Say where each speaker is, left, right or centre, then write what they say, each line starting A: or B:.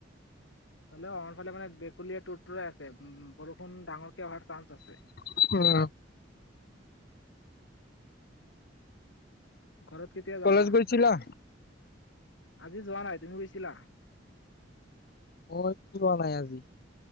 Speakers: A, on the left; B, on the left.
A: হ'লেও আমাৰ ফালে মানে ভেকুলীয়ে তোৰ-তৰাই আছে ব বৰষুণ ডাঙৰ এতিয়াও অহাৰ চান্স আছে।
B: অ
A: ঘৰত কেতিয়া যাবা?
B: কলেজ গৈছিলা?
A: আজি যোৱা নাই। তুমি গৈছিলা?
B: মই যোৱা নাই আজি।